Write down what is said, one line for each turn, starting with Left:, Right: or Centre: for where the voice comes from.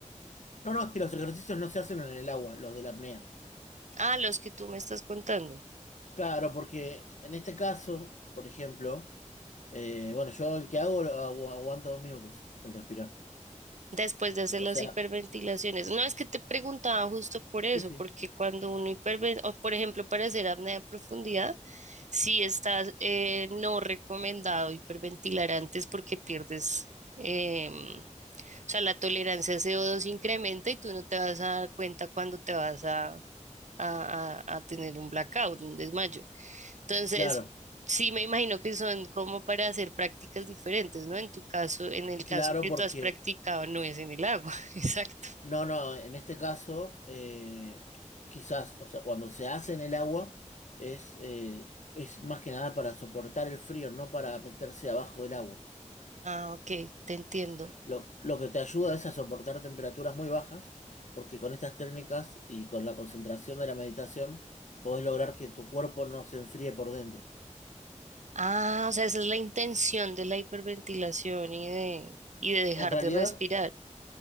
Left: No, no, es que los ejercicios no se hacen en el agua, los de la apnea.
Right: Ah, los que tú me estás contando.
Left: Claro, porque en este caso, por ejemplo, eh, bueno, yo el que hago lo agu- aguanto dos minutos sin respirar.
Right: después de hacer
Left: O
Right: las
Left: sea,
Right: hiperventilaciones. No es que te preguntaba justo por eso,
Left: sí, sí.
Right: porque cuando uno hiperventila, o por ejemplo, para hacer apnea de profundidad, sí está eh, no recomendado hiperventilar antes porque pierdes, em, o sea, la tolerancia a CO2 incrementa y tú no te vas a dar cuenta cuando te vas a a, a- a tener un blackout, un desmayo. Entonces,
Left: Claro,
Right: sí me imagino que son como para hacer prácticas diferentes, ¿no? En tu caso, en el
Left: Claro,
Right: caso que
Left: porque,
Right: tú has practicado, no es en el agua, <laughs> exacto.
Left: no, no, en este caso, eh, quizás, o sea, cuando se hace en el agua, es, eh, es más que nada para soportar el frío, no para meterse abajo del agua.
Right: Ah, ok, te entiendo.
Left: Lo, lo que te ayuda es a soportar temperaturas muy bajas, porque con estas técnicas y con la concentración de la meditación, podés lograr que tu cuerpo no se enfríe por dentro.
Right: Ah, o sea, esa es la intención de la hiperventilación y de, y de dejar
Left: En realidad,
Right: de respirar.